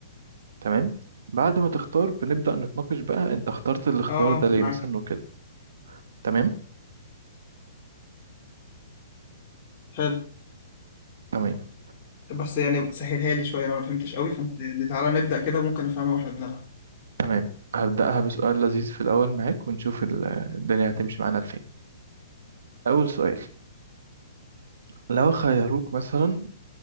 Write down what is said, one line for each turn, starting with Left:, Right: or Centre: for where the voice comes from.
Right: تمام بعد ما تختار بنبدأ نتناقش بقى انت اخترت الاختيار
Left: اه
Right: ده ليه
Left: معاك
Right: مثلا وكده تمام
Left: حلو
Right: تمام
Left: بس يعني سهلها لي شويه انا ما فهمتش قوي فانت يعني تعالى نبدا كده ممكن افهمها واحنا بنلعب
Right: تمام هبدأها بسؤال لذيذ في الأول معاك ونشوف ال- الدنيا هتمشي معانا لفين أول سؤال لو خيروك مثلا